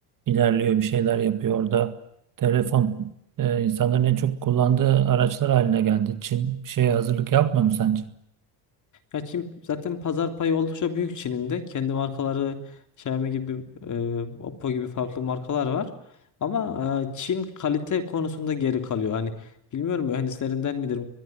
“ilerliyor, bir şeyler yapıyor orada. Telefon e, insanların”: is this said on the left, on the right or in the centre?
Right